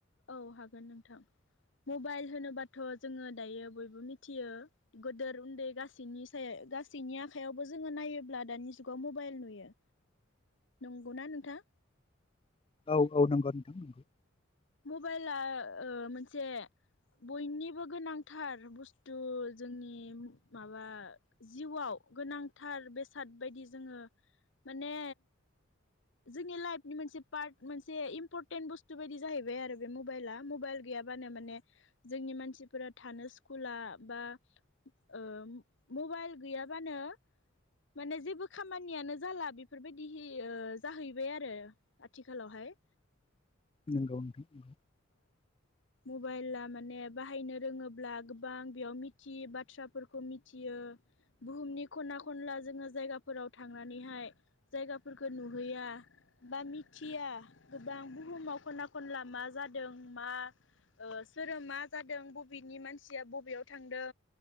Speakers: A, on the left; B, on the left.
A: औ हागोन नोंथां मबाइल होनोबाथ' जोङो दायो बयबो मिथियो। गोदोर उन्दै गासैनि साया गासैनि आखाइायावबो जोङो नायोब्ला दानि जुगाव मबाइल नुयो। नंगौना नोंथा?
B: औ औ नंगौ नोंथां नंगौ।
A: मबाइला ओ मोनसे बयनिबो गोनांथार बुस्थु जोंनि माबा जिउआव गोनांथार बेसाद बायदि जोङो माने जोंनि लाइफनि मोनसे पार्ट मोनसे इम्पर टेन्ट बुस्थु बायदि जाहैबाय आरो बे मबाइला मबाइल गैयाबानो माने जोंनि मानसिफोरा थानो सुखु कुला बा ओ मबाइल गैयाबानो माने जेबो खामानियानो जाला बेफोरबायदिहि ओ जाहैबाय आरो आथिखालावहा हाय।
B: नंगौ नोंथां नंगौ।
A: मबाइला माने बाहायनो रोङोब्ला गोबां बेयाव मिथियै बाथ्राफोरखौ मिथियो। बुहुमनि खना खनला जोङो जायगाफोराव थांनानैहाय जायगाफोरखौ नुहैया बा मिथिया गोबां बुहुमाव खना खनला मा जादों मा ओ सोरो मा जादों बबेनि मानसिया बबेयाव थांदों